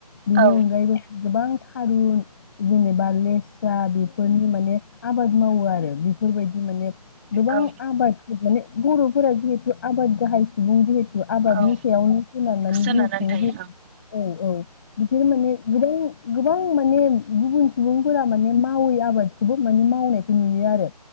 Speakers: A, on the left (about 30°); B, on the right (about 15°).
A: बेनि
B: औ
A: अनगायैबो गोबां थारुन जेनेबा लेस्रा बेफोरनि माने आबाद मावो आरो बेफोरबायदि माने गोबां
B: औ
A: आबाद माने बर'फोरा जिहेतु सुबुं जिहेतु आबादनि
B: औ
A: सायावनो खोनननन
B: सोनारनानै थायो
A: औ औ बिसोर माने गोबां गो गोबां माने गुबुन सुबुंफोरा माने मावै आबादखौबो माने मावनायखौ नुयो आरो